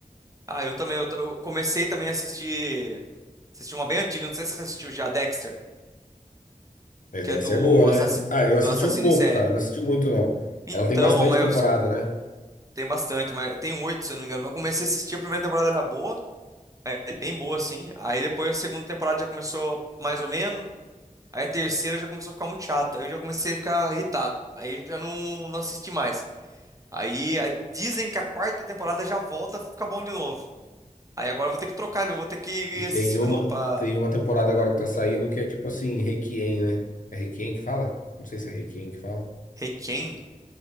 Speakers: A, on the right; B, on the left.
A: Ah, eu também, eu, t- eu comecei também a assistir assisti uma bem antiga, não sei se você assistiu já, Dexter,
B: Mas
A: que
B: Dexter
A: é do
B: é boa, né?
A: assassino
B: Ah, eu
A: do
B: assisti
A: assassino
B: um pouco,
A: em série.
B: cara. Não assisti muito, não.
A: Então,
B: Ela tem bastante
A: mas
B: temporada,
A: eu, fico-
B: né?
A: tem bastante, mas tem um oito, se eu não me engano, mas eu comecei a assistir, a primeira temporada era boa. É é bem boa, assim. Aí depois a segunda temporada já começou mais ou menos. Aí a terceira já começou a ficar muito chata. Aí eu já comecei a ficar irritado. Aí já não, não assisti mais. Aí a- dizem que a quarta temporada já volta a ficar bom de novo. Aí agora eu vou ter que trocar, eu vou ter que
B: E tem
A: assistir
B: uma,
A: de novo pra.
B: tem uma temporada agora
A: Ah,
B: que tá saindo que é tipo assim, Requiem, né? É Requiem que fala? Não sei se é Requiem que fala.
A: Requiem?